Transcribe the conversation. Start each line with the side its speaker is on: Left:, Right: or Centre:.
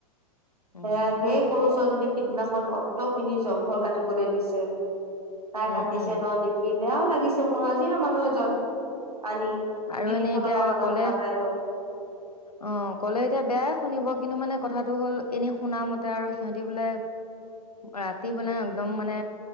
Left: উম।
Right: সেয়া সেই সৰু ছোৱালীজনীক সিদিনাখন অট পিনি জংঘল কাটিবলৈ দিছে । তাই
Left: উম,
Right: কাটিছে
Left: উম,
Right: ন দেখি । বেয়াও লাগিছে মোৰ হাজিৰা মানুহ এজন আনি
Left: আৰু
Right: তিনিশ
Left: এনেই এতিয়া
Right: টকা মানত
Left: ক'লে
Right: কাটাই লো
Left: অ কলে এতিয়া বেয়াই শুনিব কিন্তু মানে । কথাটো হ'ল এনেই শুনা মতে আৰু সিহঁতি বোলে ৰাতি বোলে একদম মানে